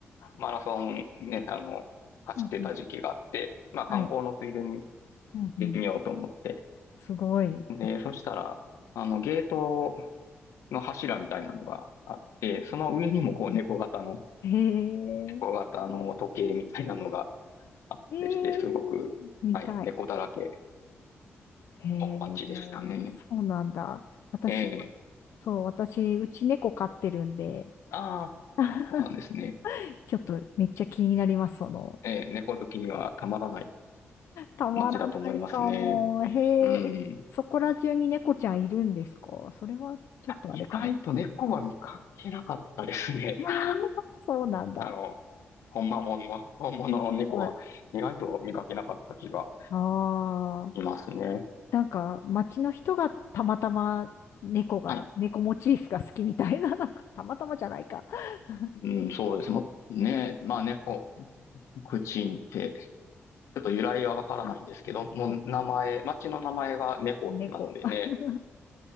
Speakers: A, on the left; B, on the left.
A: マラソンね、あの、走ってた時期があって、
B: うんうん。
A: まあ、観光のついでに
B: はい。うんうん。
A: 行ってみようと思って。
B: すごい。
A: で、そしたら、あの、ゲートの柱みたいなのがあって、その上にもこう、
B: うん
A: 猫型の、
B: へえ。
A: 猫型の時計みたいなのがあってして、
B: ええ
A: すごく、
B: 見たい。
A: はい、猫だらけ
B: へえ、
A: の街でしたね。
B: そうなんだ。私、
A: ええ。
B: そう、私、うち猫飼ってるんで、
A: ああ、
B: <laughs>
A: そうなんですね。
B: ちょっとめっちゃ気になります、その。
A: ええ、猫好きにはたまらない
B: たまらないかも。
A: 街だと思いますね。
B: へえ、
A: うん。
B: そこら中に猫ちゃんいるんですかそれはちょっとあれかな。
A: 意外と猫は見かけなかったですね。
B: <laughs> そうなんだ。
A: <laughs> あの、本間もんの、本物の猫は意外と見かけなかった気が
B: はい。ああ、
A: しますね。
B: なんか街の人がたまたま猫が、
A: はい。
B: 猫モチーフが好きみたいな、なんかたまたまじゃないか。<laughs>
A: うん、そうです。もう、ね、まあ猫、クチンって、
B: 口
A: ちょっと由来はわからないんですけど、
B: あ
A: もう名前、
B: そっか。
A: 町の名前が猫なのでね、
B: 猫。<laughs>